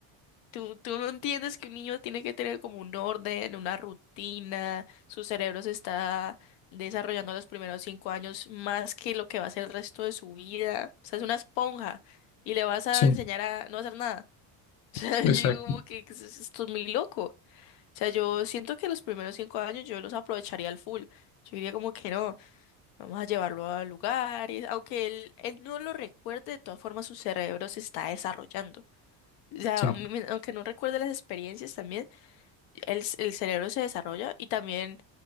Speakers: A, on the left; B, on the left.
A: Tú, tú no entiendes que un niño tiene que tener como un orden, una rutina, su cerebro se está desarrollando los primeros cinco años más que lo que va a ser el resto de su vida. O sea, es una esponja y le vas a
B: Sí,
A: enseñar a no hacer nada. <laughs> O sea,
B: exacto,
A: yo digo como que que es- es- esto es muy loco. O sea, yo siento que los primeros cinco años yo los aprovecharía al full. Yo diría como que no, vamos a llevarlo a lugares, aunque él, él no lo recuerde, de todas formas su cerebro se está desarrollando. O sea,
B: sí,
A: a mí me- aunque no recuerde las experiencias también, el, c- el cerebro se desarrolla y también,